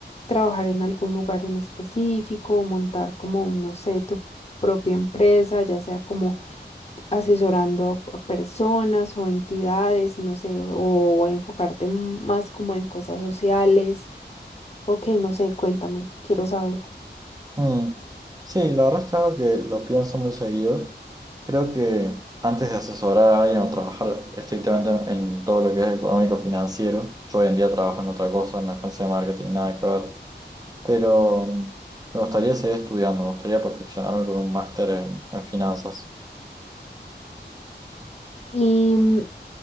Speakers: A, on the left; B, on the right.
A: trabajar en algún lugar en específico o montar como, no sé, tu propia empresa, ya sea como asesorando a a personas o entidades, no sé, o, o enfocarte m- más como en cosas sociales. Ok, no sé, cuéntame, quiero saber.
B: Mm. Sí, la verdad es que algo que lo pienso muy seguido. Creo que antes de asesorar a alguien o trabajar estrictamente en todo lo que es económico financiero, yo hoy en día trabajo en otra cosa, en una agencia de marketing, nada que ver, pero mm, me gustaría seguir estudiando, me gustaría perfeccionarme con un máster en, en finanzas.
A: Y mm,